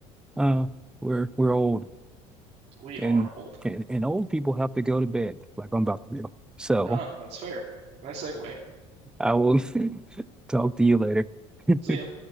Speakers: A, in the centre; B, on the right.
A: Uh, we're we're old,
B: We
A: and
B: are old.
A: and, and old people have to go to bed like I'm about to do. So
B: Oh, that's fair. Nice segue.
A: I will <laughs> talk to you later. <laughs>
B: See ya.